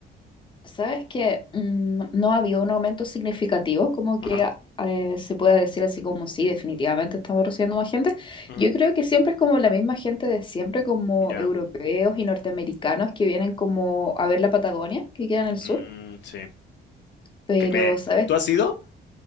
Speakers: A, on the left; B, on the left.
A: ¿Sabes que no no ha habido un aumento significativo? Como
B: Ajá,
A: que ah, eh, se pueda decir así como sí, definitivamente estamos recibiendo más gente.
B: ujú,
A: Yo creo que siempre es como la misma gente de siempre, como
B: ya.
A: europeos y norteamericanos que vienen como a ver la Patagonia, que queda en el sur.
B: Mm, sí.
A: Pero,
B: Que me,
A: ¿sabes?
B: ¿tú has ido?